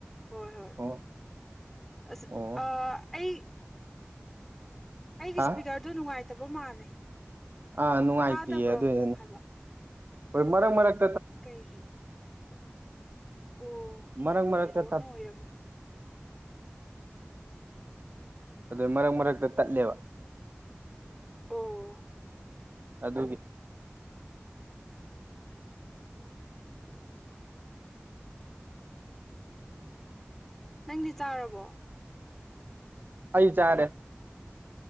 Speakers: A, in the centre; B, on the right (about 50°).
A: ꯍꯣꯏ ꯍꯣꯏ
B: ꯑꯣ
A: ꯑꯁ
B: ꯑꯣ
A: ꯑꯥ ꯑꯩ ꯑꯩꯒꯤ
B: ꯍꯥ
A: ꯏꯁꯄꯤꯀꯔꯗꯨ ꯅꯨꯡꯉꯥꯏꯇꯕ ꯃꯥꯜꯂꯦ
B: ꯑꯥ ꯅꯨꯡꯉꯥꯏꯇꯦꯌꯦ
A: ꯇꯥꯗꯕ꯭ꯔꯣ
B: ꯑꯗꯨꯏꯗꯨꯅ
A: ꯍꯥꯏꯕ
B: ꯍꯣꯏ ꯃꯔꯛ ꯃꯔꯛ
A: ꯀꯩꯒꯤ ꯑꯣ
B: ꯃꯔꯛ ꯃꯔꯛꯇ
A: ꯅꯦꯠꯋꯥꯛꯅ
B: ꯇꯠ
A: ꯑꯣꯏꯔꯝꯅꯤ
B: ꯑꯗꯨ ꯃꯔꯛ ꯃꯔꯛꯇ ꯇꯠꯂꯦꯕ
A: ꯑꯣ
B: ꯑꯗꯨꯒꯤ
A: <inaudible> <inaudible> ꯅꯪꯗꯤ ꯆꯥꯔꯕꯣ
B: ꯑꯩ ꯆꯔꯦ